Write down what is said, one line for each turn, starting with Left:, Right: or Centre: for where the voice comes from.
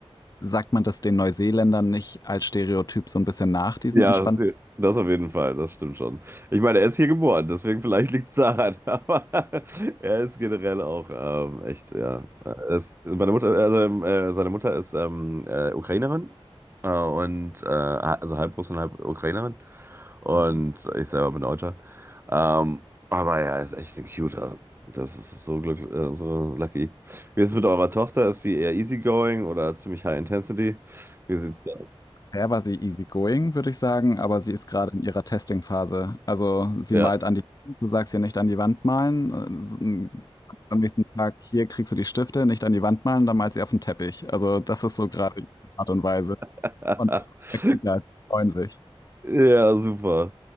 Left: Sagt man das den Neuseeländern nicht als Stereotyp so ein bisschen nach, diesen
Right: Ja,
Left: entspannten
Right: das das auf jeden Fall, das stimmt schon. Ich meine, er ist hier geboren, deswegen vielleicht liegt es daran, <laughs> aber er ist generell auch ähm, echt, ja. Er ist, meine Mutter, also, ähm, äh, seine Mutter ist ähm, äh, Ukrainerin äh, und äh, also halb Russin, halb Ukrainerin
Left: Lebensstil?
Right: und ich selber bin Deutscher. Ähm, aber ja, er ist echt ein Cuter. Das ist so glücklich, äh, so lucky. Wie ist es mit eurer Tochter? Ist sie eher easygoing oder ziemlich high intensity? Wie sieht's da aus?
Left: Bisher war sie easygoing, würde ich sagen, aber sie ist gerade in ihrer Testing-Phase. Also sie
Right: Ja.
Left: malt an die, du sagst ihr nicht an die Wand malen. äh, Am nächsten Tag, hier kriegst du die Stifte, nicht an die Wand malen, dann malt sie auf den Teppich. Also das ist so gerade die Art und Weise.
Right: <laughs>
Left: Und die Kinder freuen sich.
Right: Ja, super.